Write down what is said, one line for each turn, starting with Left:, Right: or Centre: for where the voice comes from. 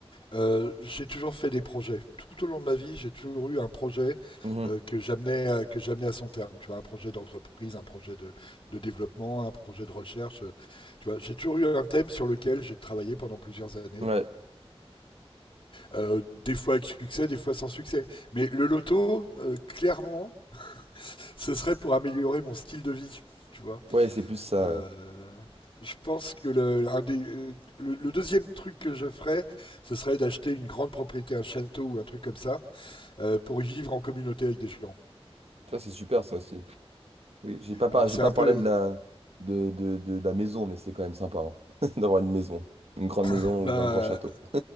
Left: Euh, j'ai toujours fait des projets. Tout au long de ma vie, j'ai toujours eu un projet
Right: Mhm.
Left: euh, que j'amenais à- que j'amenais à son terme. Tu vois, un projet d'entreprise, un projet de, de développement, un projet de recherche. euh, tu vois, j'ai toujours eu un thème sur lequel j'ai travaillé pendant plusieurs années.
Right: Ouais.
Left: Euh, des fois avec succès, des fois sans succès. Mais le loto, euh, clairement, ce serait pour améliorer mon style de vie. Tu vois,
Right: Ouais, c'est plus ça.
Left: Euh,
Right: ouais.
Left: je pense que le, un des- euh, le, le deuxième truc que je ferais, ce serait d'acheter une grande propriété, un château ou un truc comme ça, euh, pour y vivre en communauté avec des gens.
Right: Tu vois, c'est super ça aussi. Oui, j'ai pas par-
Left: Alors
Right: j'ai
Left: c'est
Right: pas
Left: un
Right: parlé
Left: peu,
Right: de la de, de, de la maison, mais c'est quand même sympa hein, <laughs> d'avoir une maison, une grande
Left: <laughs>
Right: maison
Left: bah,
Right: ou un grand château.
Left: euh,